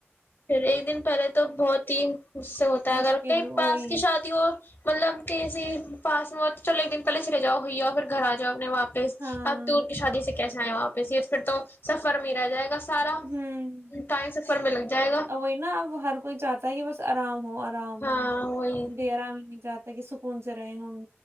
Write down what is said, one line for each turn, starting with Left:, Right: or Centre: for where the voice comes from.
Left: پھر ایک دن پہلے تو بہت ہی اس سے ہوتا ہے
Right: مشکل
Left: اگر کئی
Right: وہی
Left: پاس کی شادی ہو مطلب کہی سے پاس میں چلو ایک دن پہے چرے جاؤ ہوئی ہے اور پھر گھر آ جاؤ اپنے واپس
Right: ہاں
Left: اب تو شادی سے کیسا ہے واپس یہ پھر تو سفر میں رہ جائے گا سارا
Right: ہمم
Left: ٹائم سفر میں لگ جائے گا
Right: ا وہی نا اب ہر کوئی چاہتا ہے کہ بس آرام ہو کام
Left: ہاں وہی
Right: ڈیرا بھی نہیں چاہتے تے کہ سکون سے رہے ہم